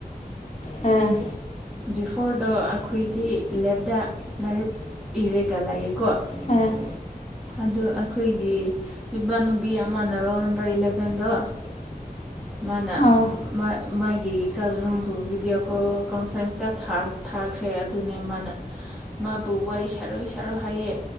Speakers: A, on the left (about 50°); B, in the centre.
A: ꯑ
B: ꯕꯤꯐꯣꯔꯗꯣ ꯑꯩꯈꯣꯏꯗꯤ ꯂꯦꯞꯇ ꯂꯗꯥꯥꯏꯏꯔꯤꯛ ꯏꯔꯦꯒ ꯂꯌꯦꯦꯀꯣ
A: ꯑ
B: ꯑꯗꯨ ꯑꯩꯈꯣꯏꯒꯤ ꯅꯨꯄꯥꯅꯨꯕꯤ ꯑꯃꯅ ꯔꯣꯜ ꯅꯝꯕꯔ ꯏꯂꯚꯦꯟꯗꯣ
A: <unintelligible>
B: ꯃꯥꯅ
A: ꯑꯥ
B: ꯃꯥ ꯃꯥꯒꯤ ꯀꯖꯟꯕꯨ ꯚꯤꯗꯤꯑꯣ ꯀꯣꯜ ꯀꯟꯐ꯭ꯔꯦꯟꯁꯇ ꯊꯥꯈ꯭ꯔꯦ ꯑꯗꯨꯅꯦ ꯃꯥꯅ ꯃꯥꯕꯨ ꯋꯥꯔꯤꯔꯤ ꯁꯣꯏ ꯁꯔꯣ ꯍꯥꯏꯩ